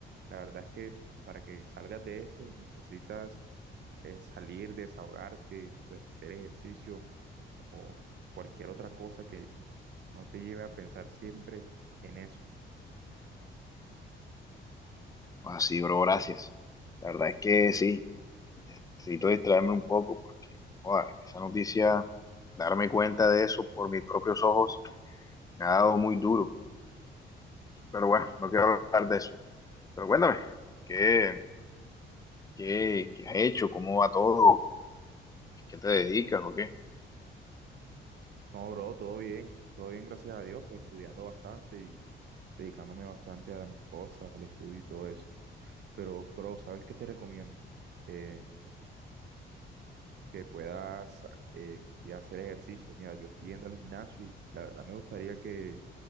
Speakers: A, on the right (about 60°); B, on the left (about 15°).
A: la verdad es que para que salgas de esto necesitas eh, salir, desahogarte, pues hacer ejercicio o cualquier otra cosa que no te lleve a pensar siempre en eso.
B: Así, bro, gracias. La verdad es que sí, necesito distraerme un poco porque, joder, esa noticia, darme cuenta de eso por mis propios ojos, me ha dado muy duro. Pero bueno, no quiero hablar de eso. Pero cuéntame, ¿qué, ¿Qué, qué has hecho? ¿Cómo va todo? ¿Qué, qué te dedicas o qué?
A: No, bro, todo bien, todo bien, gracias a Dios, pues estudiando bastante y dedicándome bastante a mis cosas, al estudio y todo eso. Pero, bro, ¿sabes qué te recomiendo? Eh, que puedas eh, ir a hacer ejercicio. Mira, yo estoy yendo al gimnasio y la verdad me gustaría que,